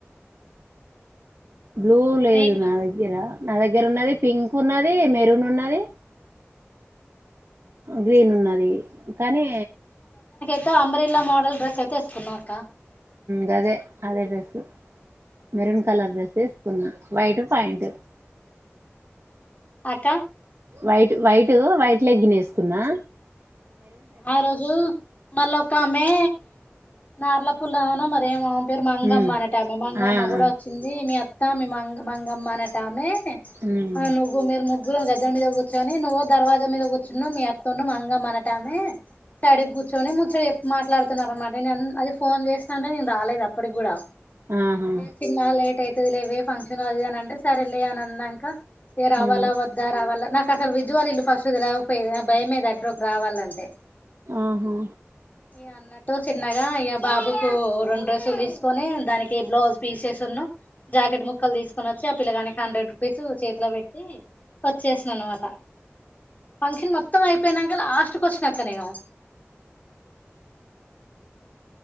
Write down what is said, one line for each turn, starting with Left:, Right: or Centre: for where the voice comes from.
Right: బ్లూ లేదు
Left: నీకు
Right: నా దగ్గర నా దగ్గర ఉన్నది పింక్ ఉన్నది మెరూన్ ఉన్నది గ్రీన్ ఉన్నది కానీ
Left: అ అబరీలా మోడల్ డ్రెస్ అయితేసుకున్నాం అక్క
Right: గదే అదే డ్రస్సు మెరూన్ కలర్ డ్రెస్ వేసుకున్నా బైట పైట్
Left: అక్క
Right: వైట్ వైట్ వైట్ లెగ్గిినేసుకున్నా
Left: ఆ రోజు మళక్క ఆమె నార్ల పుల్ ఆవున మరేంవును పేరు మంగమ్మ
Right: ఉమ్
Left: అనట మీ మంగమ్మ
Right: ఆ ఆ
Left: కూడా వచ్చింది మీ అత్తా మీ మంగమ్ మంగమ్మన టమే
Right: ఉమ్
Left: ఆ నుగు మీేర్ ముగ్ గర గద్దం మీద కూర్చొని నువ్వు దవాా మీద కూర్చు మీ అత్త ను మంగా మన ంటమ చడే గుచ్చోని ముచ్చడ మాట్లాడుతున్నారన్నమాట నేను అది ఫోన్ చేస్తా అంటే నేను రాలేదు అప్పటికి కూడా
Right: ఆహా
Left: చిన్న లేట్ అవుతుది లేవ ఫంక్షన్ అది అన అంటే సరేలే అని అన్నాక ఏ రావాాల
Right: ఆ
Left: వద్ద రావాాల నా అసలు విజవాాల ఇల్లు ఫస్ట్ది లేపోయే భయమేద అడ్ర రావాలంటే
Right: ఆహా
Left: ఈ అన్నట్టు చిన్నగా అయ్య బాబుకు రెండు డ్రెసులు తీసుకొని దానికి బ్లౌజ్ పీసేసిన్న జాకెట్ ముక్కలు తీసుకొని వచ్చి ఆ పిల్లగానికి హండ్రెడ్ రూపీస్ చేతిలో పెట్టి వచ్చేసన్నా అనమాట ఫంక్షన్ మొత్తం అయిపోయినా అ అలాస్ట్ క్వశ్చన్ అక్క నేను